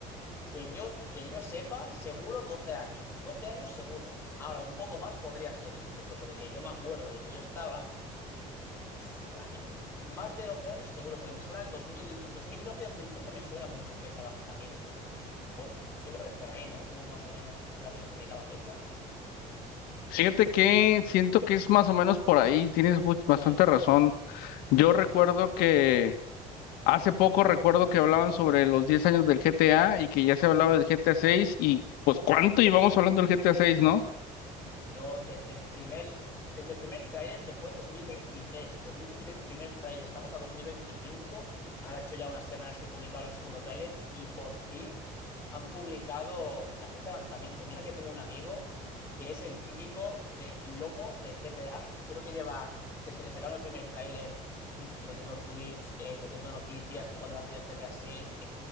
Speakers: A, on the left; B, on the left.
A: Que yo, que yo sepa, seguro 12 años. doce años seguro. Ahora, un poco más podría ser incluso, porque yo me acuerdo de que yo estaba pf, a ni- más de 12 años seguro, porque me suena el dos mil el dos dos mil doce dos mil trece me suena mucho fecha de lanzamiento. Po- yo creo que es por ahí, ¿no? Tú más o menos la tienes ubicada la fecha.
B: Fíjate que siento que es más o menos por ahí, tienes bu- bastante
A: Sí, ¿no?
B: razón. Yo
A: Sí,
B: recuerdo
A: sí.
B: que Hace poco recuerdo que hablaban sobre los 10 años del GTA y que ya se
A: Ujú.
B: hablaba del GTA 6 y pues cuánto llevamos hablando del GTA 6, ¿no?
A: Yo desde el primer, desde el primer tráiler que fue dos dos mil veintitrés dos mil veintitrés primer tráiler, estamos a 2025, han hecho ya unas semanas que publicaron el segundo tráiler y por fin han publicado la fecha de lanzamiento. Mira que tengo un amigo que es el típico eh, loco del GTA, creo que lleva desde que sacaron el primer tráiler in- leyendo tweets, eh, leyendo noticias, cuándo va a salir el GTA 6